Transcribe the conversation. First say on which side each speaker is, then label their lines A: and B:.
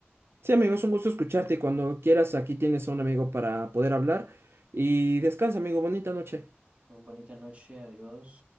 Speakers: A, on the right; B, on the right.
A: Sí, amigo, es un gusto escucharte y cuando quieras aquí tienes a un amigo para poder hablar. Y descansa, amigo. Bonita noche.
B: Una bonita noche, adiós.